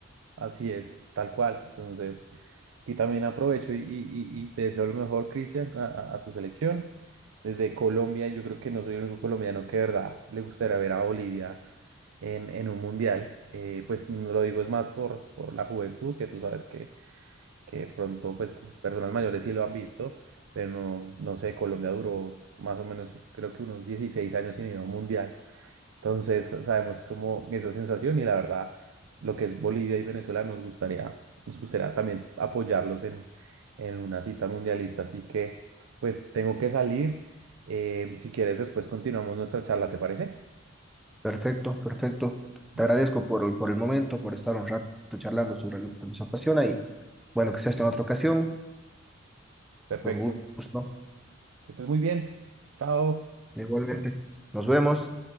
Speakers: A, on the right; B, in the centre.
A: así es, tal cual. Entonces, aquí también aprovecho y, y- y- y te deseo lo mejor, Cristian, a, a- a tu selección. Desde Colombia, yo creo que no soy el único colombiano que de verdad le gustaría ver a Bolivia. en, en un mundial. Eh, pues no lo digo es más por, por la juventud, que tú sabes que, que pronto pues personas mayores sí lo han visto, pero no, no sé, Colombia duró más o menos creo que unos 16 años sin ir a un mundial. Entonces sabemos cómo esa sensación y la verdad lo que es Bolivia y Venezuela nos gustaría, nos gustaría también apoyarlos en, en una cita mundialista. Así que pues tengo que salir. Eh, si quieres después continuamos nuestra charla, ¿te parece?
B: Perfecto, perfecto.
A: Listo.
B: Te agradezco por, el- por el momento, por estar un rato charlando sobre lo que nos apasiona y bueno, que sea esta en otra ocasión.
A: Perfecto.
B: Con gusto.
A: Que estés muy bien. Chao.
B: Igualmente. Nos vemos.